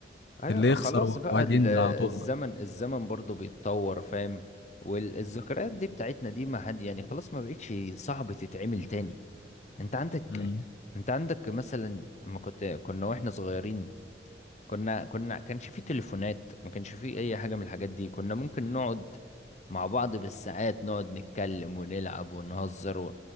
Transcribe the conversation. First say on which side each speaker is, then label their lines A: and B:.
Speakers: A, on the left; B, on the left.
A: أيوة
B: اللي يخسر
A: خلاص
B: واحد
A: بقى ال-
B: ينزل على طول
A: الزمن الزمن برضو بيتطور فاهم والذكريات دي بتاعتنا دي ما حد يعني خلاص ما بقتش صعب تتعمل تاني أنت عندك
B: امم
A: أنت عندك مثلا لما كنت كنا وإحنا صغيرين كنا كنا كانش فيه تليفونات ما كانش فيه أي حاجة من الحاجات دي كنا ممكن نقعد مع بعض بالساعات نقعد نتكلم ونلعب ونهزر و...